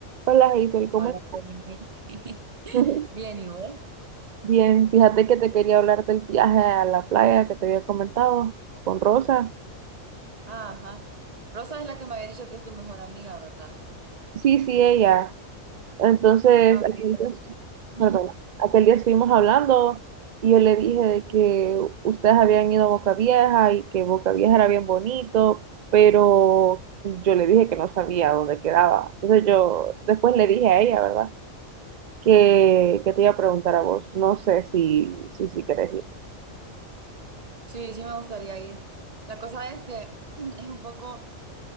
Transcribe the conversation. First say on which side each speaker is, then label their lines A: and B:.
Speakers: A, on the right; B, on the right.
A: Hola, Hazel, ¿cómo
B: Hola, Jenny. <laughs>
A: estás? <laughs>
B: Bien, ¿y vos?
A: Bien, fíjate que te quería hablar del viaje a la playa que te había comentado con Rosa.
B: Ajá. Rosa es la que me había dicho que es tu mejor amiga, ¿verdad?
A: Sí, sí, ella. Entonces,
B: Ah, ok,
A: aquel
B: pero...
A: día,
B: Ujú.
A: perdón, aquel día estuvimos hablando y yo le dije de que ustedes habían ido a Boca Vieja y que Boca Vieja era bien bonito, pero yo le dije que no sabía dónde quedaba. Entonces yo después le dije a ella, ¿verdad? Que, que te iba a preguntar a vos. No sé si, si, si querés ir.
B: Sí, sí me gustaría ir. La cosa es que <clears throat> es un poco